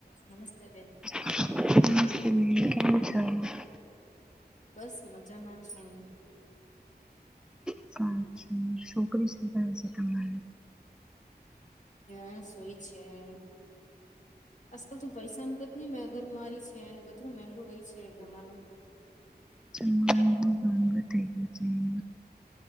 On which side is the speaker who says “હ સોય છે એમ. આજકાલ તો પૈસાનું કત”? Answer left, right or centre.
Left